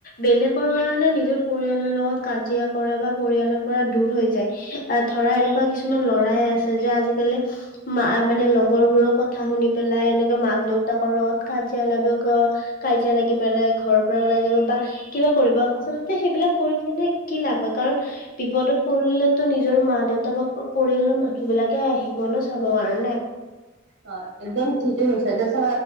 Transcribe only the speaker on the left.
বেলেগৰ কাৰণে নিজৰ পৰিয়ালৰ লগত কাজিয়া কৰে বা পৰিয়ালৰ পৰা দূৰ দূৰ হৈ যায়। আহ ধৰা এনেকুৱা কিছুমান লৰাই আছে যে আজিকালি মা মানে লগৰ বোৰৰ কথা শুনি পেলাই এনে কে মাক দেউতাকৰ লগত কাজিয়া লাগে কাজিয়া লাগি পেলাই ঘৰৰ পৰা ওলাই যাব। বা কিবা কৰিব আচলতে সেইবিলাক কৰি কিনে কি লাভ হয়, কাৰন বিপদত পৰিলেটো নিজ নিজৰ মা দেউতা বাকী পৰিয়ালৰ মানুহ বিলাকে আহিব ন চাব কাৰনে।